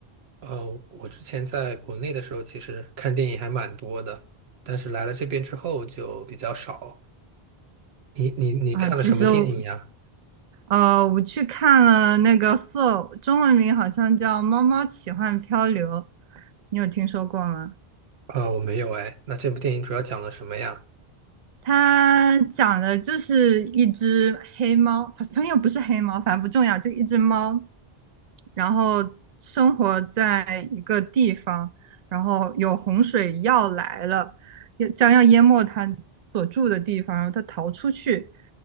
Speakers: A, on the right; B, on the right.
A: 呃，我之前在国内的时候，其实看电影还蛮多的，但是来了这边之后就比较少。你你你看了什么电影呀？
B: 啊，其实我呃，我去看了那个《f o u r 中文名好像叫《猫猫奇幻漂流》，你有听说过吗？
A: 啊，我没有哎。那这部电影主要讲了什么呀？
B: 它讲的就是一只黑猫，好像又不是黑猫，反正不重要，就一只猫，然后生活在一个地方，然后有洪水要来了，要将要淹没他所住的地方，然后他逃出去